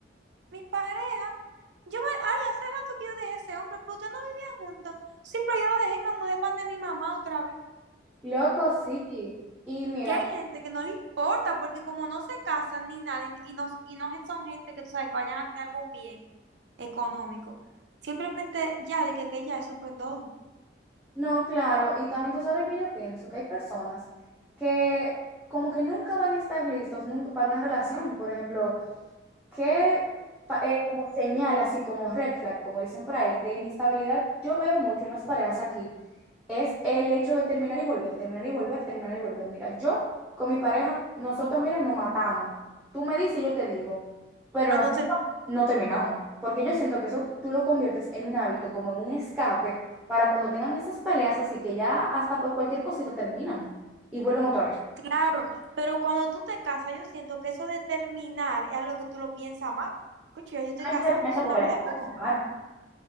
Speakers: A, on the right; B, in the centre.
A: Mi pareja. Yo me, ay, hace rato que yo dejé ese hombre, pero ustedes no vivían juntos. Sí, pero yo lo dejé y me mudé pan de mi mamá otra vez
B: Loco, sí. Y mira,
A: que hay gente que no le importa, porque como no se casan ni nada, y, y no, y no son gente que tú sabes que vayan a tener algún bien económico, simplemente ya, de que, que ya eso fue todo.
B: no, claro, y también tú sabes que yo pienso que hay personas que como que nunca van a estar listos nunca para una relación. Por ejemplo, que pa- eh, como señal, así como red flag, como dicen por ahí, de inestabilidad, yo veo mucho en las parejas aquí, es el hecho de terminar y volver, terminar y volver, terminar y volver. Mira, yo con mi pareja, nosotros, mira, nos matamos. Tú me dices y yo te digo, pero
A: Pero
B: nosotros
A: no te,
B: no terminamos, porque yo siento que eso tú lo conviertes en un hábito, como en un escape, para cuando tengan esas peleas, así que ya hasta por cualquier cosita terminan y vuelven otra vez.
A: claro, pero cuando tú te casas, yo siento que eso de terminar es algo que tú lo piensas más. Escucha, yo estoy
B: No
A: casado,
B: es realmente
A: yo hice
B: porque
A: una boda,
B: la gente
A: o,
B: se separa.